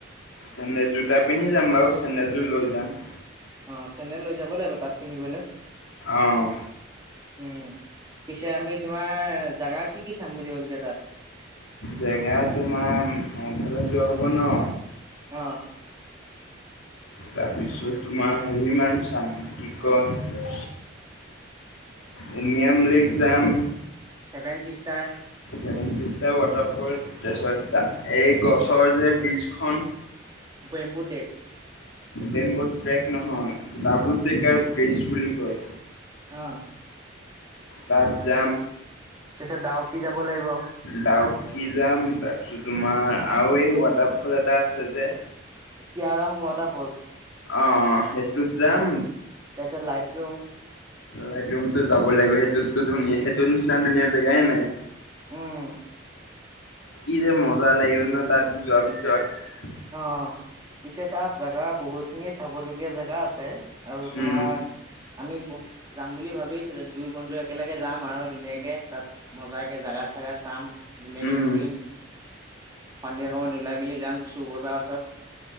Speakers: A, on the left; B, on the right.
A: চেন্দেল জোতা পিন্ধি যাম বাৰু চেণ্ডেল যোৰ লৈ যাম।
B: অঁ চেন্দেল লৈ যাব লাগিব তাত পিন্ধিবলৈ।
A: অ',
B: উম পিছে আমি তমাৰ জোগা কি কি চাম বুলি ভাবিছা তাত?
A: জেগা তোমাৰ মফালত যোৱা হব ন।
B: অহ।
A: তাৰপিছত তোমাৰ হেৰি মান চাম কি কয় <unintelligible> উ মিয়াম লেক যাম।
B: Seven sisters.
A: Seven sisters waterfall তাৰপিছত এই গছৰ যে ব্ৰিজখন।
B: বেম্বুটেক?
A: বেম্ব ট্ৰেক নহয় ডাবুল ট্ৰেকাৰ ব্ৰেচ বুলি কয়।
B: আহ।
A: তাত যাম
B: তাৰপিছত ডাৱকি যাব লাগিব
A: ডাউকী যাম তাৰপিছত তোমাৰ আৰু এই ৱাটাৰ ফল এটা আছে যে
B: কাৰম ৱাটাৰফলচ
A: অ সেইটোত যাম।
B: তচত লাইট ৰুম
A: লাইটৰুমতটো যাব লাগিব সেইটোতো ধুনীয়া সেইটো নিচিনা ধুনীয়া জেগাই নাই।
B: উম।
A: কি যে মজা লাগিব ন তাত যোৱাৰ পিছত?
B: অ পিছে তাত জেগা বহুত খিনি চাবলগীয়া জেগা আছে। আৰু তোমাৰ
A: উম
B: আমি যাম বুলি ভাবিছিলো দুই বন্ধু একেলগে যাম আৰু ধুনীয়াকে তাত মজাকাকে জাগা চাগা চাম। ধুনীয়াকে
A: উম
B: ঘূৰিম সন্ধিয়া সময়ত ওলাই মেলি চু বজাৰ আছে।